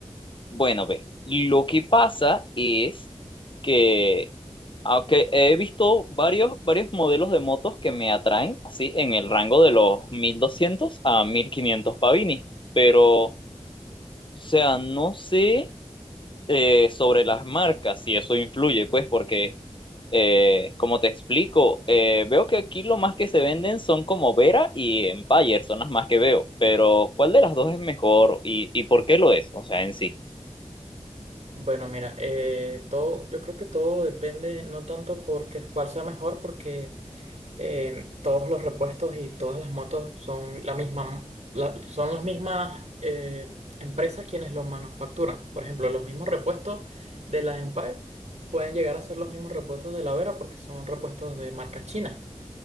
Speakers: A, on the left (about 45°); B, on the right (about 75°).
A: Bueno, ve, lo que pasa es que, aunque he visto varios, varios modelos de motos que me atraen, así, en el rango de los 1200 a 1500 pavini, pero, o sea, no sé. eh, sobre las marcas, si eso influye, pues porque, eh, como te explico, eh, veo que aquí lo más que se venden son como Vera y Empire, son las más que veo, pero ¿cuál de las dos es mejor y, y por qué lo es? O sea, en sí.
B: Bueno, mira, eh, todo, yo creo que todo depende no tanto porque cuál sea mejor, porque eh, todos los repuestos y todas las motos son la misma, la- son las mismas eh, empresas quienes los manufacturan. Por ejemplo, los mismos repuestos de la Empire pueden llegar a ser los mismos repuestos de la Vera porque son repuestos de marca china.